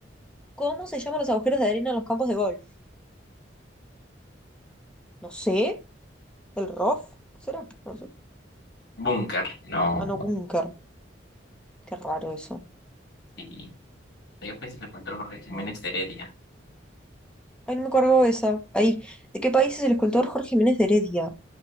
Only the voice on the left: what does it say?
Búnker. No.
Y después le encontró Jorge Jiménez
de Heredia,